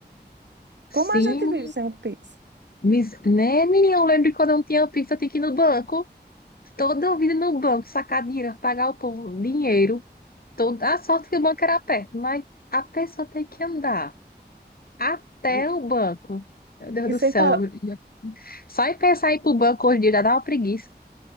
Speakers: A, on the left; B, on the right.
A: Sim,
B: Como a gente vive sem o Pix?
A: Mis- Né, menina? Eu lembro quando eu não tinha pizza, eu tinha que ir no banco. Toda vida no banco, sacar dinheiro, pagar o povo dinheiro. Toda a sorte que o banco era perto, mas a pessoa tem que andar até
B: E
A: o banco. Meu Deus
B: e
A: do
B: sem
A: céu.
B: falar.
A: Só em pensar em ir pro banco hoje em dia já dá uma preguiça.